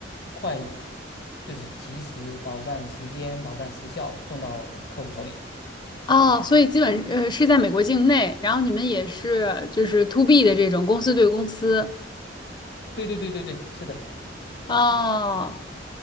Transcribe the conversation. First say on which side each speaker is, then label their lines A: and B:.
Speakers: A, on the left (about 60°); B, on the left (about 25°).
A: 快，就是及时保障时间、保障时效送到客户手里。
B: 哦，所以基本呃是在美国境内，然后你们也是就是 to B 的这种公司对公司。
A: 对对对对对，是的，
B: 哦，